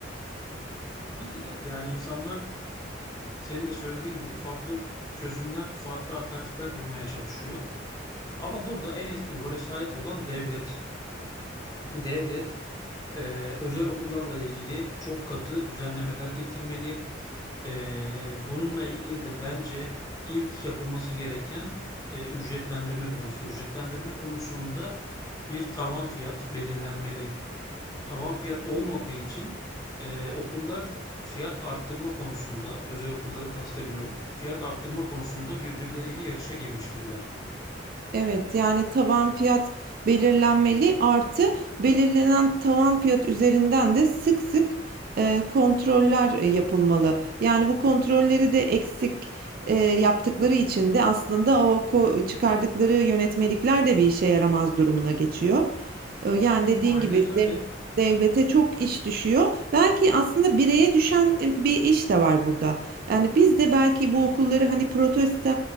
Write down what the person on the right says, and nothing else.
Evet yani tavan fiyat belirlenmeli artı belirlenen tavan fiyat üzerinden de sık sık e, kontroller e, yapılmalı. Yani bu kontrolleri de eksik e, yaptıkları için de aslında o ko- çıkardıkları yönetmelikler de bir işe yaramaz durumuna geçiyor. E, yani dediğin
gibi
dev- devlete çok iş düşüyor. Belki aslında bireye düşen e, bir iş de var burada. Yani biz de belki bu okulları hani protesto